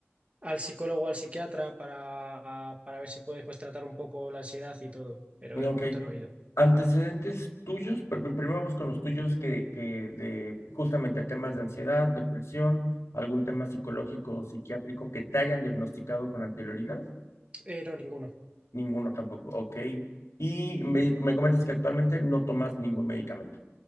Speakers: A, on the right (about 30°); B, on the left (about 80°).
A: al psicólogo o al psiquiatra para, para ver si puedes pues, tratar un poco la ansiedad y todo, pero
B: Ok.
A: de momento no he ido.
B: Antecedentes tuyos, pr- pr- primero vamos con los tuyos que, que de justamente temas de ansiedad, depresión, algún tema psicológico o psiquiátrico que te hayan diagnosticado con anterioridad,
A: Eh, no, ninguno.
B: ninguno tampoco, ok. Y me, me comentas que actualmente no tomas ningún medicamento.